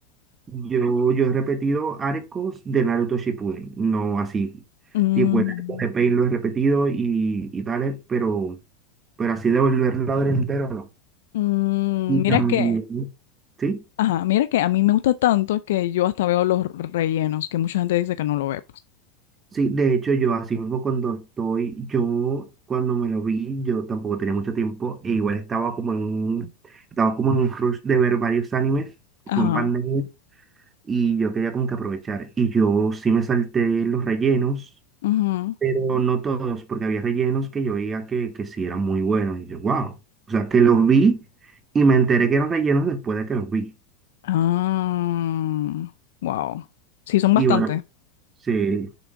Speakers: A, on the right; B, on the left.
A: yo, yo he repetido arcos de Naruto Shippuden. No así.
B: Mm.
A: Tipo, el arco de Pain lo he repetido y, y tales, pero, pero así de volverlo a ver entero, no.
B: Mm,
A: Y
B: mira
A: también,
B: que,
A: ¿sí?
B: ajá, mira que a mí me gusta tanto que yo hasta veo los rellenos, que mucha gente dice que no lo ve, pues.
A: Sí, de hecho yo así mismo cuando estoy, yo cuando me lo vi, yo tampoco tenía mucho tiempo e igual estaba como en un, estaba como en un rush de ver varios animes,
B: Ajá.
A: fue en pandemia y yo quería como que aprovechar y yo sí me salté los rellenos,
B: ujú.
A: pero no todos, porque había rellenos que yo veía que, que sí eran muy buenos y yo, wow, o sea, que los vi y me enteré que eran rellenos después de que los vi.
B: Ah, wow. Sí, son bastantes.
A: Y bueno, <laughs> sí,